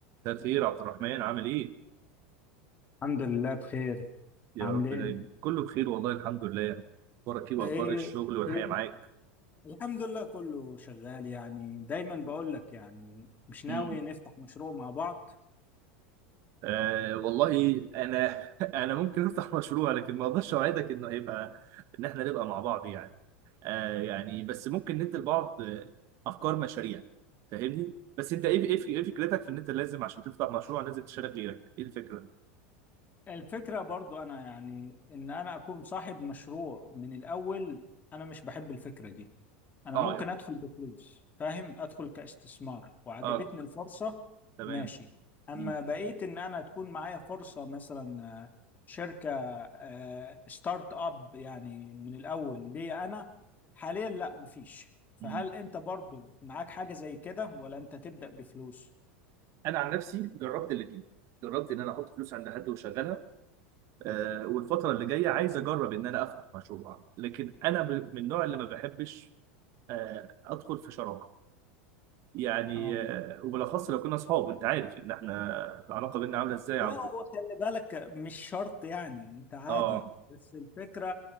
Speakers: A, on the right; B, on the left.
A: مساء الخير عبد الرحمن عامل ايه؟
B: الحمد لله بخير
A: يا
B: عامل
A: رب
B: ايه
A: دايما
B: انت؟
A: كله بخير والله الحمد لله اخبارك ايه واخبار
B: ايه
A: الشغل والحياه
B: ايه
A: معاك؟
B: الحمد لله كله شغال يعني دايما بقول لك يعني مش ناوي
A: مم.
B: نفتح مشروع مع بعض
A: آه والله انا <laughs> انا ممكن افتح مشروع لكن ما اقدرش اوعدك انه هيبقى ان احنا نبقى مع بعض يعني آه يعني بس ممكن ندي لبعض آه، افكار مشاريع فاهمني؟ بس انت ايه ايه ايه فكرتك في ان انت لازم عشان تفتح مشروع لازم تشارك غيرك ايه الفكره؟
B: الفكرة برضو انا يعني ان انا اكون صاحب مشروع من الاول انا مش بحب الفكرة دي انا
A: اه
B: ممكن
A: يعني
B: ادخل بفلوس فاهم ادخل كاستثمار وعجبتني
A: اه
B: الفرصة
A: تمام
B: ماشي اما
A: مم.
B: بقيت ان انا تكون معايا فرصة مثلا آه، شركة آه، ستارت اب يعني من الاول ليا انا حاليا لا مفيش فهل
A: مم.
B: انت برضو معاك حاجة زي كده ولا انت تبدأ بفلوس
A: انا عن نفسي جربت الاثنين جربت ان انا احط فلوس عند حد واشغلها آه، والفترة اللي جاية عايز أجرب إن أنا أفتح مشروع لكن أنا ب- من النوع اللي ما بحبش آه، أدخل في شراكة يعني
B: اه
A: آه، وبالأخص لو كنا أصحاب أنت عارف إن إحنا العلاقة بينا عاملة إزاي يا
B: لا
A: عبدو
B: هو خلي بالك مش شرط يعني انت عادي
A: أه
B: بس الفكرة